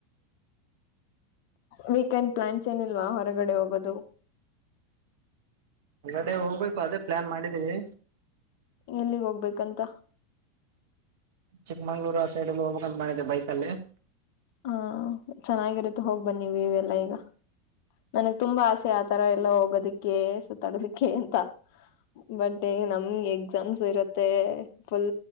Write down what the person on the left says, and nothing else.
ವೀಕೆಂಡ್ ಪ್ಲಾನ್ಸ್ ಏನಿಲ್ವಾ ಹೊರಗಡೆ ಹೋಗದು
ಎಲ್ಲಿಗ್ ಹೋಗ್ಬೇಕಂತ
ಹಾ ಚೆನ್ನಾಗಿರುತ್ತು ಹೋಗ್ ಬನ್ನ ನೀವು ಇವೆಲ್ಲ ಈಗ ನನಗ್ ತುಂಬಾ ಆಸೆ ಆತರ ಎಲ್ಲ ಹೋಗೋದಿಕ್ಕೆ ಸುತ್ತಾಡೋದಿಕ್ಕೆ ಅಂತ ಬಟ್ ನಮ್ಗೆ ಎಕ್ಸಾಮ್ಸ್ ಇರುತ್ತೆ ಫುಲ್